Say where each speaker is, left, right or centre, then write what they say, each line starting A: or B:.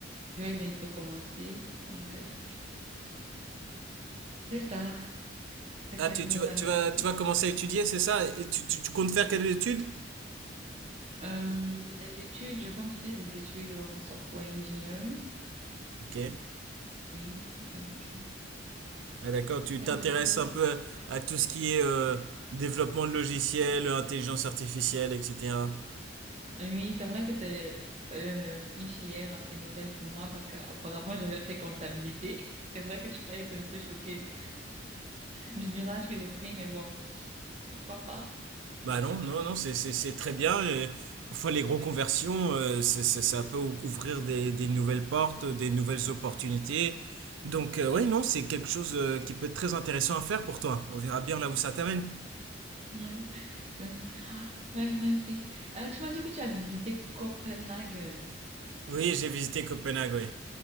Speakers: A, on the right (about 35°); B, on the right (about 80°).
A: je vais bientôt commencer. Donc euh, c'est ça, c'est
B: Ah
A: ça
B: tu,
A: qui
B: tu
A: nous
B: vas,
A: amène
B: tu vas,
A: ici.
B: tu vas commencer à étudier, c'est ça? Et tu, tu, tu comptes faire quelles études?
A: Euh, les études, je compte faire des études en software engineering.
B: Ok.
A: Oui, donc euh,
B: Ah, d'accord, tu
A: c'est
B: t'intéresses
A: ça que je veux faire.
B: un peu à tout ce qui est euh, développement de logiciels, intelligence artificielle, etc.
A: Euh, Oui, c'est vrai que c'est euh, une filière assez nouvelle pour moi parce qu'auparavant j'avais fait comptabilité. <laughs> C'est vrai que tu peux être un peu choqué du virage que j'ai pris, mais bon, pourquoi pas?
B: Bah non, non, non, c'est c'est- c'est très bien. et parfois, les gros conversions, euh, c'est, c'est- ça peut ou- ouvrir des, des nouvelles portes, des nouvelles opportunités. Donc, euh, ouais, non, c'est quelque chose euh, qui peut être très intéressant à faire pour toi. On verra bien là où ça t'amène.
A: Ouais, Oui. Ah, ouais, merci. Euh, tu m'as dit que tu as visité Copenhague.
B: Oui, j'ai visité Copenhague, oui.